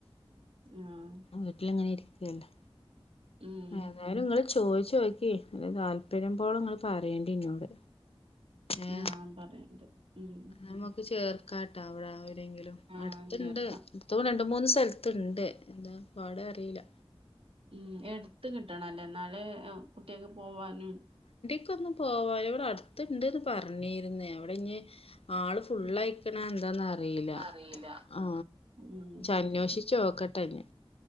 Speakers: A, on the right; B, on the left.
A: ആഹ്
B: വീട്ടിലിങ്ങനെ ഇരിക്കല്ലേ
A: ഉം
B: ഏതായാലും ഇങ്ങള് ചോയ് ചോക്കി ന്നട്ട് താല്പര്യം പോണെ ഇങ്ങള് പറയണ്ടി ഇന്നോട് ഏ
A: ആഹ് പറയണ്ട് ഉം
B: നമുക്ക് ചേർ കാട്ട അവടെ എവടെങ്കിലും
A: ആഹ്
B: അടുത്ത്ണ്ട്
A: ചേർക്കാം
B: അടുത്ത രണ്ട് മൂന്ന് സ്ഥലത്ത്ണ്ട് എന്താ പാട് അറീല്ല
A: ഉം എട്ത്ത് കിട്ടണല്ലേ എന്നാലെ കുട്ട്യേക്ക് പോവാനും
B: നമുക്ക് പോവാലോ ഇവിടെ അടുത്ത്ണ്ട്ന്ന് പറഞ്ഞിര്ന്ന് അവിടെ ഇഞ്ഞ് ആള് ഫുള്ളയ്ക്കണോ
A: ഉം
B: എന്താന്നറീല്ല
A: അറിയില്ല
B: ആ
A: ഉം ശരി
B: അന്വേഷിച്ചു നോക്കട്ടെ ഞ്ഞ്